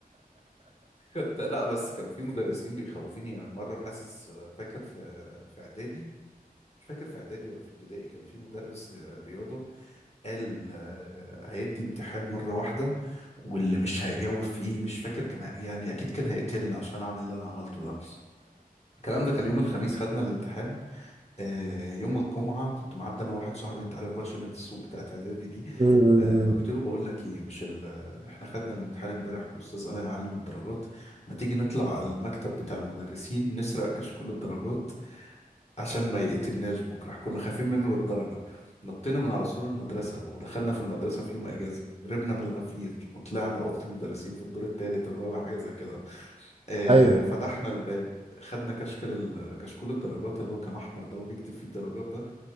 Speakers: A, on the left; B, on the right.
A: كنت لا بس كان في مدرسين بيخوفوني يعني مرة حاسس فاكر في في إعدادي مش فاكر في إعدادي ولا في ابتدائي كان في مدرس رياضة قال آه، هيدي امتحان مرة واحدة واللي مش هيجاوب فيه مش فاكر كان يعني أكيد كان هيقتلني عشان أعمل اللي أنا عملته ده الكلام ده كان يوم الخميس خدنا الامتحان آه، يوم الجمعة كنت معدي أنا وواحد صاحبي أنت عارف بقى شلة السوق بتاعت إعدادي دي
B: م- م-
A: آه، قلت
B: م.
A: له بقول لك إيه مش ال... آه، إحنا خدنا الامتحان إمبارح والأستاذ قال هيعلم الدرجات ما تيجي نطلع المكتب بتاع المدرسين نسرق كشكول الدرجات عشان ما يقتلناش بكرة كنا خايفين منه للدرجة نطينا من على سور المدرسة ودخلنا في المدرسة في يوم أجازة هربنا بالغفير وطلعنا أوضة المدرسين في الدور التالت الرابع حاجة زي كده آه،
B: ايوه
A: فتحنا الباب خدنا كشكل ال... كشكول الدرجات اللي هو كان أحمر ده وبيكتب فيه الدرجات ده